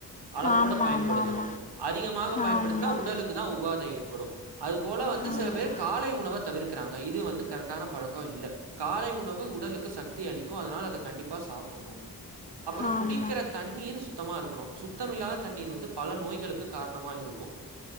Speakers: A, on the right; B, on the left.
A: அளவோட
B: ஆமாம்
A: பயன்படுத்தணு
B: ஆமாம்
A: அதிகமாக பயன்படுத்துனா
B: ஆமாம்
A: உடலுக் ளுக்குதா உபாதை ஏற்படு அது போல வந்து
B: ஆமாம்
A: சில பேர் காலை உணவ தவிர்க்கறாங்க இது வந்து கரெக் டான பழக்கோ இல்ல காலை உணவு உடலுக்கு சக்தி அளிக்கு அதனால அதை கண்டிப்பா சாப்புன்ணு அப்ரோ
B: ஆமாம் ஆமாம்
A: குடிக்கற
B: ஆமாம்
A: தண்ணீர் சுத்தமா இருக்கணு சுத் த்தமில்லாத தண்ணீர் வந்து பல நோய்களுக்கு காரணமா இருக்கு